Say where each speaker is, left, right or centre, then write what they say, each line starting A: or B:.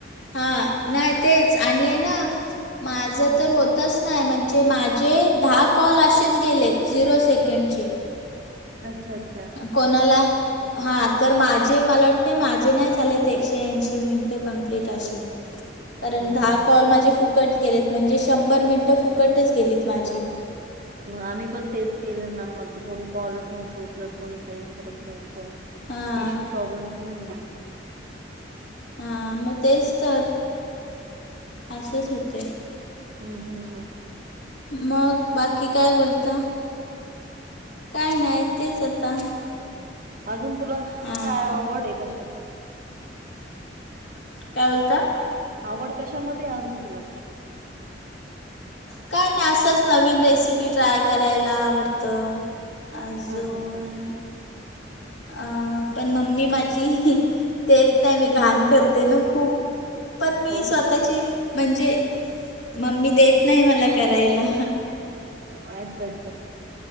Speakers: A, on the left (about 75°); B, on the right (about 45°).
A: हा नाही तेच आणि आहे ना माझं
B: हं,
A: तर
B: हं.
A: होत तच नाही म्हणजे माझे दहा कॉल असेच गेलेत झिरो सेकंडचे
B: अच्छा अच्छा
A: कोणाला हा तर माझे मला वाटते माझे नाही झाले ते एकशे ऐंशी मिनट कंम्प्लीट असे
B: <inaudible>
A: कारण दहा
B: हं, हं.
A: कॉल माझे फुकट गेलेत म्हणजे शंभर मिनटं फुकटच गेलीत माझी
B: मग आम्ही पण तेच केलं ना मग ते कोणी कॉलच नव्हतं उचलत कोणी काहीच करत नव्हतं
A: हां
B: इश्यू प्रॉब्लेम हम्म
A: हा मग तेच तर असेच होते
B: हम्म हम् हम्
A: मग बाकी काय बोलता काय नाही तेच आता
B: अजून तुला
A: हां
B: काय आवड आहे कशात
A: काय बोलता
B: आवड कशामध्ये अजून तुला
A: काय नाही असंच नवीन रेसिपी ट्राय करायला आवडतं अजून
B: हा हा.
A: अ पण मम्मी माझी देत नाही मी घाण करते हो ना खूप पण मी
B: कोण
A: स्वतःची म्हणजे मम्मी देत नाही मला करायला
B: अच्छा अच्छा